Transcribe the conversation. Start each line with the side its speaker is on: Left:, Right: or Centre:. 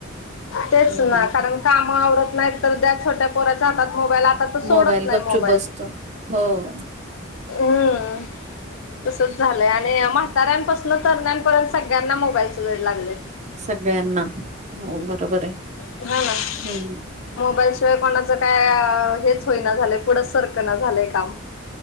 Left: तेच
Right: हम्म.
Left: ना कारण काम आवरत नाहीत तर द्या छोट्या पोराच्या हातात मोबाईल आता तो सोडत
Right: मोबाईल
Left: नाही
Right: गपचूप
Left: मोबाईल.
Right: बसतो हो.
Left: हम्म. तसंच झालंय आणि म्हाताऱ्यांपासनन तरण्यापर्यंत सगळ्यांना मोबाईलच वेड लागलंय.
Right: सगळ्यांना हो बरोबर आहे.
Left: हा.
Right: हम्म
Left: मोबाईलशिवाय कोणाचं काय हेच होईना झालंय पुढचं सरकं ना झालंय काम.